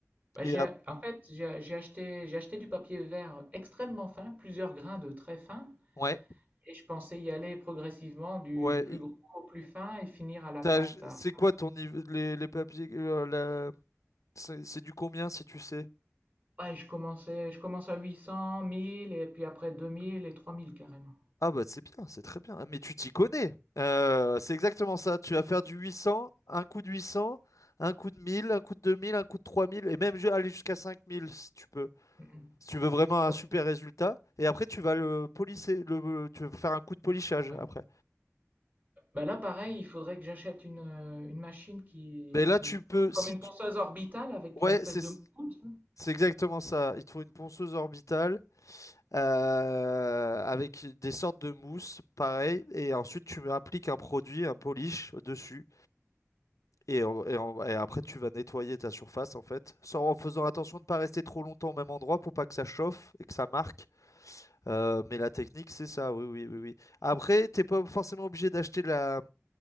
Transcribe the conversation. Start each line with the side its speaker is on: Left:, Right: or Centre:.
Right: Bah,
Left: Et
Right: j'ai,
Left: ap-
Right: en fait, j'ai j'ai acheté, j'ai acheté du papier vert extrêmement fin, plusieurs grains de très fin,
Left: ouais,
Right: et je pensais y aller progressivement du,
Left: ouais.
Right: du plus
Left: Et
Right: gros au plus fin et finir à la
Left: t'as-
Right: pâte à,
Left: C'est quoi ton niveau, les, les papiers, euh, la- c'est c'est du combien si tu sais?
Right: Ouais, je commençais je commence à 800, 1000 et puis après 2000 et 3000 carrément.
Left: Ah bah c'est bien, c'est très bien. Ah, Mais tu t'y connais. Euh, c'est exactement ça. Tu vas faire du 800, un coup de 800, un coup de 1000, un coup de 2000, un coup de 3000 et même ju- aller jusqu'à 5000 si tu peux.
Right: Mmh mh.
Left: Si tu veux vraiment
Right: Ouais,
Left: un super résultat. Et après tu vas le polisser, le, tu vas faire un coup de polissage
Right: ouais.
Left: après.
Right: Bah, là, pareil, il faudrait que j'achète une, heu, une machine qui
Left: Mais là tu peux, si
Right: comme une
Left: tu-
Right: ponceuse orbitale avec
Left: Ouais,
Right: une espèce
Left: c'est
Right: de moute,
Left: c'est exactement ça. Il te faut une ponceuse orbitale euh, avec des sortes de mousse, pareil. Et ensuite tu appliques un produit, un polish au-dessus. Et, en- et en- et après, tu vas nettoyer ta surface en fait, sans, en faisant attention de ne pas rester trop longtemps au même endroit pour pas que ça chauffe et que ça marque. Euh, mais la technique, c'est ça, oui, oui, oui, oui. Après, t'es pas forcément obligé d'acheter la...